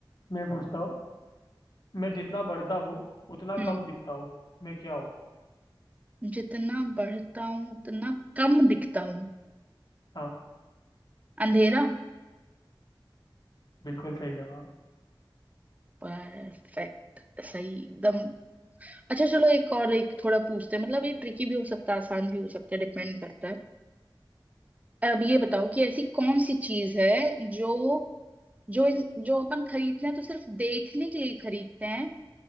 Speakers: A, on the left; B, on the right.
A: मैं पूछता हूँ मैं जितना बढ़ता हूँ उतना
B: हम्म
A: कम दिखता हूँ मैं क्या हूँ
B: जितना बढ़ता हूँ उतना कम दिखता हूँ
A: हाँ
B: अंधेरा
A: बिल्कुल सही जवाब
B: परफेक्ट सही एकदम अच्छा चलो एक और एक थोड़ा पूछते हैं मतलब ये ट्रिकी भी हो सकता है आसान भी हो सकता है डिपेंड करता है अब ये बताओ कि ऐसी कौन सी चीज है जो जो जो अपन खरीदते हैं तो सिर्फ देखने के लिए खरीदते हैं